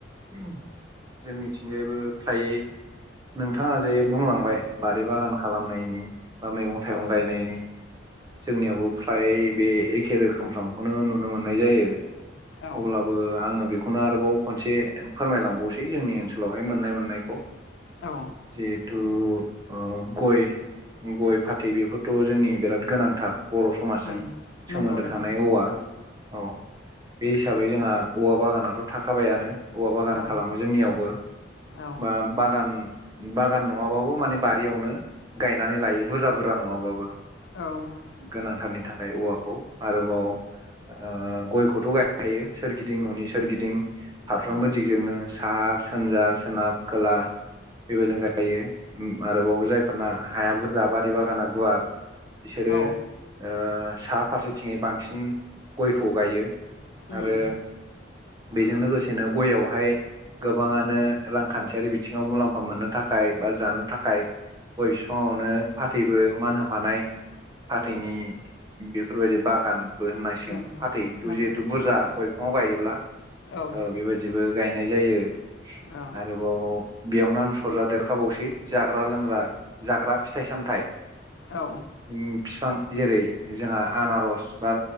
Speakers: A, on the right; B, on the left.
A: जोंनिथिंजायबो फ्रायै नोंथाङा जे बुंलांबाय बारि बागान खालामनायनि बा मैगं थाइगं
B: औ
A: गायनायनि जोंनियावबो फ्राय बे एखे रोखोमफ्रामखौनो नुनो मोननाय जायो
B: औ
A: अब्लाब ओ आङो बेखौनो आरोबाव खनसे फोरमायलांबावसै जोंनि ओनसोलावहाय मोननाय मोननायखौ
B: औ
A: जिहेथु ओह गय गय फाथै बेफोरथ' जोंनि बिराद गोनांथार बरफ समाजजों
B: नों
A: सोमोन्दो
B: नंगौ नंगौ
A: थानाय हौवा औ बे हिसाबै जोंहा औवा बागानाथ' थाखाबायानो औवा बागान
B: औ
A: खालामो जोंनियावबो
B: औ
A: बा बागान बागान नङाबाबो माने बारियावनो गायनानै लायो बुरजा बुरजा नङाबाबो
B: औ
A: गोनांथारनि थाखाय औवाखौ आरोबाव ओह गयखौथ' गायखायो सोरगिदिं न'नि सोरगिदिं फारफ्रोमबो
B: औ
A: दिगजोंनो साहा सानजा सोनाब खोला बेबायदिजो गायो उम आरोबाव जायफोरना हाया बुरजा बारि बागाना गुवार बिसोरो
B: औ
A: ओह सा फारसेथिङै बांसिन गयखौ गायो
B: उम
A: आरो बेजों लोगोसेनो गयावहाय गोबाङानो रांखान्थियारि बिथिङाव मुलाम्फा मोननो थाखाय बा जानो थाखाय गय बिफाङावनो फाथैबो मान होफानाय फाथैनि बेफोरबायदि बागानबो होननांसिगोन
B: नंगौ
A: फाथै जिहेथु
B: नंगौ
A: बुरजा
B: नंगौ
A: गय बिफाङाव गायोब्ला
B: औ
A: बेबादिबो गायनाय जायो
B: औ
A: आरोबाव बेयावनो आं सरजा देरखाबावसै जाग्रा लोंग्रा जाग्रा फिथाइ सामथायाइ
B: औ
A: उम बिफां जेरै जोंहा आनारस बा